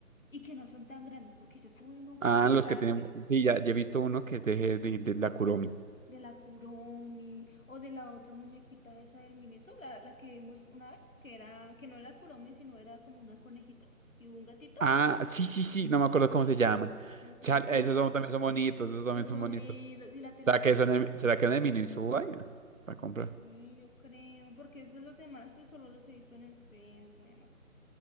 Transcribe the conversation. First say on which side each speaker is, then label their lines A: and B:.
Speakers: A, on the left (about 60°); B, on the right (about 60°).
A: y que no son tan grandes? Porque yo tuve uno
B: Ah,
A: gigante.
B: los que tienen. Sí, ya, ya he visto uno que es de, de de la Kuromi.
A: de la Kuromi o de la otra muñequita esa del ministro, la, la que vimos una vez, que era, que no era Kuromi, sino era como una conejita y un gatito.
B: Ah, sí, sí, sí, no me acuerdo cómo se llaman.
A: No sé,
B: Chale,
A: si- <laughs> no
B: esos
A: sé,
B: son- también son bonitos, esos también
A: esos
B: son
A: son
B: bonitos.
A: lindos, y la telita
B: ¿Será que
A: era
B: son
A: azul.
B: de, será que son de Minnesota? Para comprar.
A: Sí, yo creo, porque esos los demás, pues solo los he visto en el centro y demás.